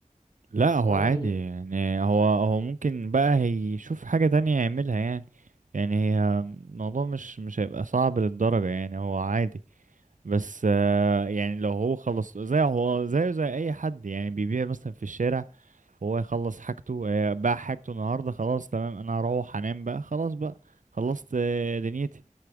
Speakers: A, on the right; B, on the left.
A: لا هو
B: فهو هيعمل
A: عادي
B: ايه
A: يعني هو هو ممكن بقى هيشوف حاجة تانية يعملها يعني يعني هي الموضوع مش مش هيبقى صعب للدرجة يعني هو عادي بس آه، يعني لو هو خلص زي هو زيه زي أي حد يعني بيبيع مثلا في الشارع هو يخلص حاجته آه، باع حاجته النهاردة خلاص تمام أنا هروح أنام بقى خلاص بقى خلصت آه، دنيتي